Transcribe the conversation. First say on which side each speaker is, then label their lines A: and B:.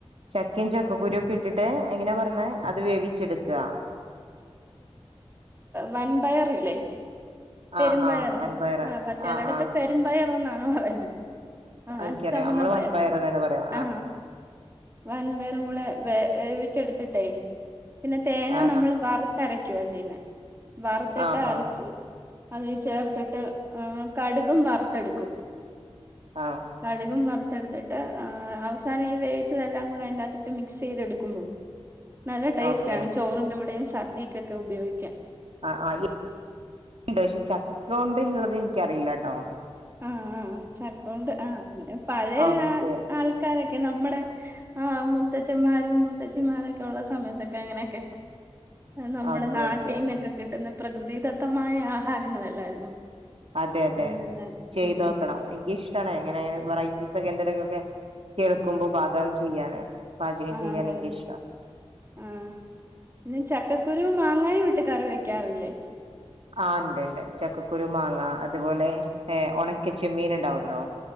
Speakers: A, on the right; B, on the right.
A: ചക്കയും ചക്കക്കുരിക്കെ ഇട്ടിട്ട് എങ്ങനെ പറഞ്ഞെ അത് വേവിച്ചെടുക്ക
B: വന്പയ ർ ഇല്ലേ പെരുംമ്പയറ്
A: ആഹ് ആഹ് വൻപയറ്
B: ആ ചെലടത്ത്
A: ആഹ് ആഹ്
B: പെരുംമ്പയർ ന്നാണോ പറയുന്നത് ആ
A: എനിക്കറിയാം
B: ചെമ്മന്ന
A: നമ്മള്
B: പയറ്
A: വൻപയർ തന്നെ പറയാ
B: ആ വൻബയറും കൂടെ വേവി വേവിച്ചെടുത്തിട്ടെ പിന്നെ തേങ്ങ
A: ആ
B: നമ്മൾ വറുത്തരക്കുവാ ചെയ്യുന്നേ വറുത്തിട്ട്
A: ആ
B: അരച്ച്
A: ആ
B: അത് ചേർത്തിട്ട് ആ കടുകും വറുത്തെടുക്കും
A: ആ ആ
B: കടുകും വറുത്ത് എടുത്തിട്ട് അവസാനം ഈ വേവിച്ചതെല്ലാം കൂടെ അതിന്റെകത്തിട്ട് മിക്സ് ചെയ്തെടുക്കുന്നു നല്ല ടേസ്റ്റ്ണ്
A: ഓക്കെ
B: ചോറിന്റെ കൂടെ സദ്യക്കൊക്കെ ഉപയോഗിക്കാം
A: ആ ആ <unintelligible> ചക്ക കൊണ്ട് ഉള്ളത് എനിക്കറിയില്ലട്ടോ
B: ആ ആ ചക്ക കൊണ്ട് ആ അങ്ങനെ പഴയ
A: ഓക്കെ
B: ആൾക്കാര് <inaudible> നമ്മടെ ആ മുത്തച്ഛമാരും ത്തച്ചിമാരൊക്കെ ഉള്ള സമയത്തൊക്കെ അങ്ങനെയൊക്കെ നമ്മുടെ
A: ഓക്കെ
B: നാട്ടിന്നൊക്കെ
A: ഓക്കെ
B: കിട്ടുന്ന പ്രകൃതിദത്തമായ ആഹാരങ്ങളല്ലായിരുന്നോ
A: അതെ അതെ
B: ഉം നല്ലത്.
A: ചെയ്തൊക്കണം
B: ഉം
A: എനിക്ക് ഇഷ്ടാണ് ങ്ങനെ വെറൈറ്റീ <unintelligible> കേൾക്കുമ്പോ ഭാഗം ചെയ്യാന് പാചകം
B: ആ
A: ചെയ്യാൻ
B: അതെ
A: എനിക്കിഷ്ടാ
B: അതെ ആ പിന്നെ ചക്ക കുരും മാങ്ങായും ഇട്ട് കറി വെക്കാറില്ലേ
A: ആ ഇണ്ട്ണ്ട് ചക്കക്കുരു മാങ്ങ അതുപോലെ ഏ ഒണക്കച്ചമീ ന് ണ്ടാവോ ഹലോ